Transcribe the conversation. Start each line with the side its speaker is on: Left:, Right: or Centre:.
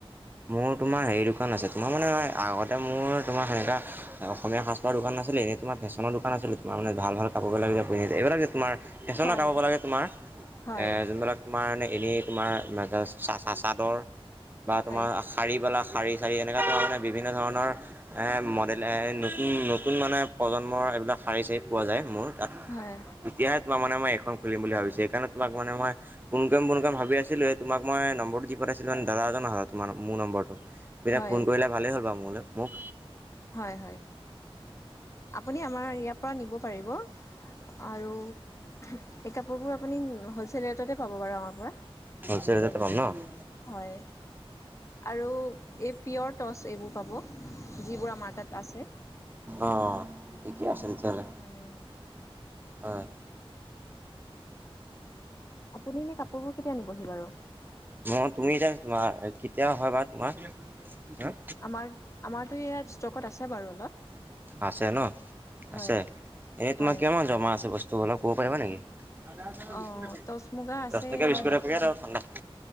Right: মোৰ তোমাৰ হেৰি দোকান আছে, তোমাৰ মানে আগতে মোৰ তোমাৰ সেনেকা অসমীয়া সাজ-পাৰৰ দোকান নাছিলে, এনেই তোমাৰ ফেশ্বনৰ দোকান আছিলে, তোমাৰ মানে ভাল-ভাল কাপোৰবিলাক যে পিন্ধিছে। এইবিলাক যে তোমাৰ ফেশ্বন
Left: হয়
Right: কাপোৰ লাগে তোমাৰ,
Left: হয়
Right: এ যোনবিলাক তোমাৰানে এনেই তোমাৰ মেখেলা চা-চা-চাদৰ। তোমাৰ
Left: হয়
Right: শাৰীবিলাক শাৰী-শাৰী এনেকা তোমাৰ মানে বিভিন্ন ধৰণৰ এ মডেল নতুন-নতুন মানে প্ৰজন্মৰ এইবিলাক শাৰী-চাৰী পোৱা যায় মোৰ তাত।
Left: হয়।
Right: তেতিয়াহে তোমাৰা মানে মই এখন খুলিম বুলি ভাবিছোঁ। সেইকাৰণে তোমাক মানে মই ফোনকৰিম ফোনকৰিম ভাবি আছিলোঁয়ে, তোমাক মই নম্বৰটো দি পাইছিলোঁ মোৰ দাদা এজনৰ হাতত। তোমাৰ মোৰ নম্বৰটো। তুমি এতিয়া
Left: হয়
Right: ফোন কৰিলা ভালেই হ'ল বাৰু মোলৈ মোক।
Left: হয়, হয়। আপুনি আমাৰ ইয়াৰ পৰা নিব পাৰিবা। আৰু এই কাপোৰবোৰ আপুনি হ'লচেল ৰেটতে পাব বাৰু আমাৰ পৰা।
Right: হ'লচেল ৰেটতে পাম ন'?
Left: হয়। আৰু এই পিয়ৰ টৰ্চ এইবোৰ পাব যিবোৰ আমাৰ তাত আছে।
Right: অহ, ঠিকে আছে তেতিয়াহ'লে।
Left: হয়।
Right: হয়।
Left: আপুনি এনেই কাপোৰবোৰ কেতিয়া নিবহি বাৰু।
Right: মই তুমি এতিয়া তোমাৰ কেতিয়া হয় বা তোমাৰ।
Left: আমাৰ-আমাৰতো ইয়াত ষ্টকত আছে বাৰু অলপ।
Right: আছে ন'
Left: হয়
Right: আছে। এনেই তোমাৰ
Left: হয়
Right: কিমান জমা আছে বস্তুবিলাক ক'ব পাৰিবা নেকি? <unintelligible>
Left: অ টচ মুগা আছে
Right: দহ টকীয়া
Left: ইয়াত
Right: বিসকুট এক পেকেদ আৰু ঠাণ্ডা।